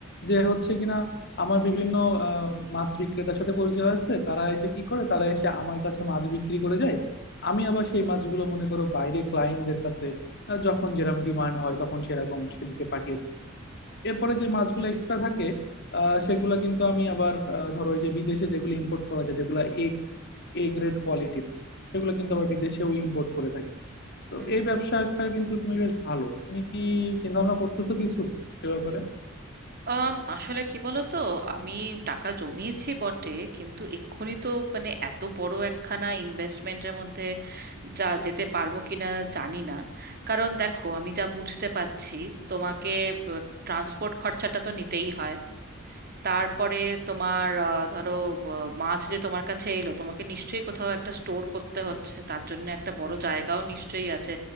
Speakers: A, on the left; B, on the right.
A: যে হচ্ছে কিনা আমার বিভিন্ন আহ, মাছ বিক্রেতার সাথে পরিচয় আছে তারা এসে কি করে তারা এসে আমার কাছে মাছ বিক্রি করে যায় আমি আবার সেই মাছগুলো মনে করো বাইরে ক্লায়েন্টদের কাছে আহ, যখন যেরকম ডিমান্ড হয় তখন সেরকম সেদিকে পাঠিয়ে থাকি এরপরে যে মাছগুলো এক্সট্রা থাকে আহ সেগুলো কিন্তু আমি আবার আহ, ধরো ওই যে বিদেশে যেগুলো ইম্পোর্ট করা যায় যেগুলো এ এ গ্রেড কোয়ালিটির সেগুলো কিন্তু আবার বিদেশেও ইম্পোর্ট করে থাকি তো
B: হুম
A: এই ব্যবসাটা কিন্তু তুমি বেশ ভালো তুমি কি চিন্তা ভাবনা করতেছো কিছু এ ব্যাপারে
B: আম, আসলে কি বলো তো আমি টাকা জমিয়েছি বটে কিন্তু এক্ষুনি তো মানে এত বড় একখানা ইনভেস্টমেন্টের মধ্যে যা যেতে পারবো কিনা জানি না কারণ দেখো আমি যা বুঝতে পারছি তোমাকে ট্রান্সপোর্ট খরচাটা তো নিতেই হয় তারপরে তোমার আহ, ধরো আহ, মাছ যে তোমার কাছে এলো তোমাকে নিশ্চয়ই কোথাও একটা স্টোর করতে হচ্ছে তার জন্য একটা বড় জায়গাও নিশ্চয়ই আছে